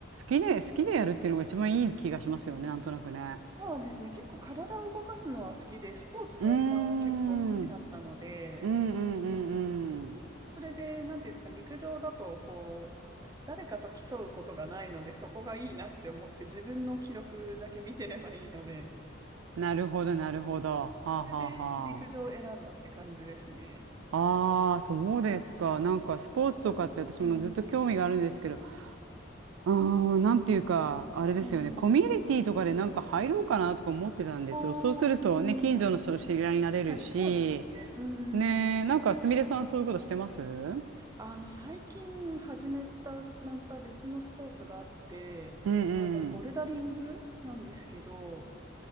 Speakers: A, on the right; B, on the right.
A: きで、好きでやるっていうのが一番いい気がしますよね、なんとなくね。
B: そうですね。結構体を動かすのは好きで、スポーツ全般は結構好きだったので、
A: うーん、うんうんうんうん。
B: それで、なんていうんですかね、陸上だと、こう、誰かと競うことがないので、そこがいいなって思って、自分の記録だけ見てればいいので、
A: なるほど、なるほど。はあ、
B: それで陸上を選んだって感じですね。
A: はあ、はあ。ああ、そうですか。なんか、スポーツとかって私もずっと興味があるんですけど、
B: ええ
A: うーん、なんていうか、あれですよね。
B: ええ
A: コミュニティとかでなんか入ろうかなとか思ってたんですよ。
B: ああ、
A: そうするとね、
B: ええ
A: 近所の人と知り合いになれるし、
B: 確かにそうですね。うん。
A: ねえ、なんか、すみれさんはそういうことしてますうん
B: あの、最近始めた、また別のスポーツがあって、
A: うん。
B: あの、ボルダリングなんですけど、